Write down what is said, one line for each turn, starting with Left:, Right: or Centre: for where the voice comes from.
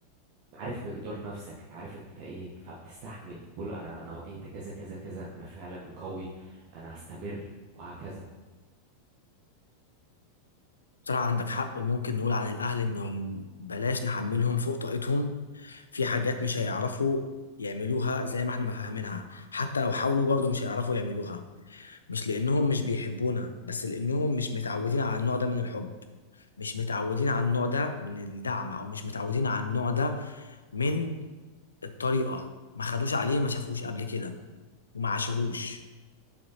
Right: عارف مقدار نفسك عارف انت ايه فبتستحمل بتقول انا انا واجهت كذا كذا كذا انا فعلا قوي انا هستمر وهكذا
Left: بصراحة عندك حق وممكن نقول عن الاهل انهم بلاش نحملهم فوق طاقتهم في حاجات مش هيعرفوا يعملوها زي ما احنا ما فاهمينها حتى لو حاولوا برضو مش هيعرفوا يعملوها مش لأنهم مش بيحبونا بس لأنهم مش متعودين على النوع ده من الحب مش متعودين على النوع ده من الدعم أو مش متعودين على النوع ده من الطريقة ما خدوش عليه ما شافوش قبل كده وما عاشوهوش